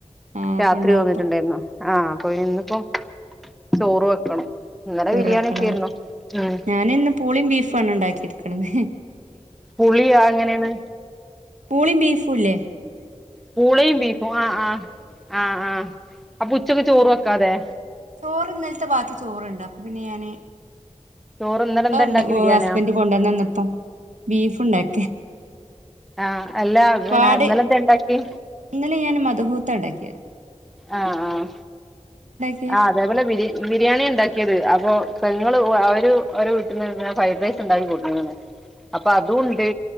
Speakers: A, on the right (about 80°); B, in the centre.
A: ആ അപ്പൊ
B: രാത്രി
A: ഉണ്ടായപ്പോ
B: വന്നിട്ടുണ്ടായിരുന്നു ആഹ് അപ്പ ഇന്നിപ്പോ ചോറ് വെക്കണം ഇന്നലെ
A: ചോറ്
B: ബിരിയാണിയൊക്കെ
A: വെക്കണം
B: ആയിരുന്നു ഉം
A: ഞാന് ഇന്ന് പൂളയും ബീഫുമാണ് ഉണ്ടാക്കി എടുക്കണത്
B: പുളിയാ എങ്ങനെയാണ്
A: പൂളെം ബീഫുംല്ലേ
B: പൂളയും ബീഫും ആഹ് ആഹ് ആഹ് ആഹ് അപ്പൊ ഉച്ചക്ക് ചോറ് വെക്കാതെ
A: ചോറ് ഇന്നലത്തെ ബാക്കി ചോറുണ്ട് അപ്പൊ പിന്നെ ഞാന്
B: ചോറ് ഇന്നലെ
A: പൂള
B: എന്താ
A: ഉണ്ട്
B: ഇണ്ടാക്കി ബിരിയാണിയാ
A: ഹസ്ബൻഡ് കൊണ്ടന്ന് തന്നപ്പോ ബീഫുണ്ടായി
B: ആഹ് അല്ലാ
A: ഒരുപാട്
B: പിന്നെ ഇന്നലെന്താ ഉണ്ടാക്കി
A: ഇന്നലെ ഞാൻ മധുഹൂത്ത ഉണ്ടാക്കിയത്
B: ആഹ്
A: പിന്നെ
B: ആഹ് അതേപോലെ ബിരി ബിരിയാണി ഉണ്ടാക്കിയത് അപ്പൊ പെങ്ങള് അവര് അവരെ വീട്ടിൽന്ന്ന്നെ ഫ്രൈഡ് റൈസ് ഉണ്ടാക്കി കൊണ്ടീന് അപ്പൊ അതും ഉണ്ട്